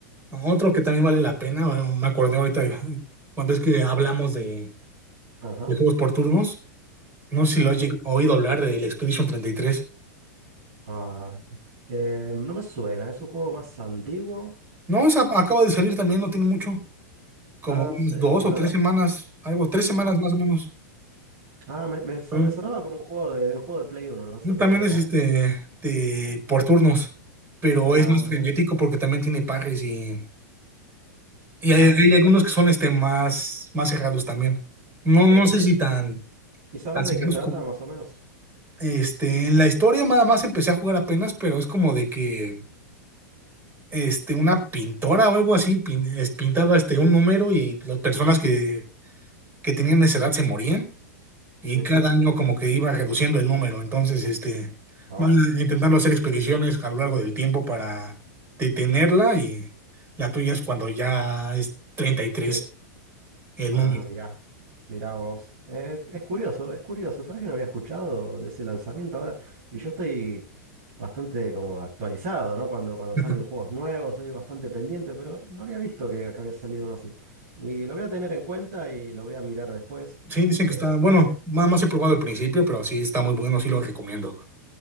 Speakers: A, on the right; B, on the right.
A: No, Otro que también vale la pena, bueno, me acordé ahorita de- cuando es que hablamos de,
B: Ajá,
A: de juegos por turnos. No sé si lo has
B: sí.
A: lleg- oído hablar del Expedition 33.
B: Ah, eh, no me suena, es un juego más antiguo.
A: No, o sea, acaba de salir también, no tiene mucho. Como
B: Ah,
A: unas
B: sí.
A: dos
B: Me
A: o
B: lo-
A: tres semanas, algo, tres semanas
B: ah,
A: más o menos.
B: ah, me, me son-
A: Mm.
B: me sonaba como un juego de, de un juego de Play uno no sé por
A: También
B: qué.
A: es
B: <laughs>
A: este de, por turnos, pero
B: Ah,
A: es más
B: menos.
A: frenético porque también tiene pares y, y
B: Ah,
A: hay, hay
B: sí, es.
A: algunos que son este más, más cerrados también. No,
B: Sí,
A: no sé
B: y, sa-
A: si tan,
B: ¿y sabes
A: tan cerrados.
B: de qué trata más o menos?
A: Este, en la historia nada más empecé a jugar apenas, pero es como de que este, una pintora o algo así pin- es- pintaba este, un número y las personas que, que tenían esa edad se morían y
B: <laughs>
A: cada año como que iba reduciendo el número. Entonces, este,
B: Oh,
A: van intentando hacer expediciones a lo largo del tiempo para detenerla y la tuya es cuando ya es treinta y tres
B: sí.
A: el
B: Ah,
A: número.
B: mirá. Mirá vos. Eh, es curioso, es curioso. ¿Sabes que no había escuchado de ese lanzamiento ahora? Y yo estoy bastante como actualizado, ¿no? Cuando, cuando
A: <laughs>
B: salen juegos nuevos, soy bastante pendiente, pero no había visto que, que había salido uno así. Y lo voy a tener en cuenta y lo voy a mirar después.
A: Sí, dicen
B: Este,
A: que está, bueno, nada más he probado al principio, pero sí está muy bueno, sí lo recomiendo.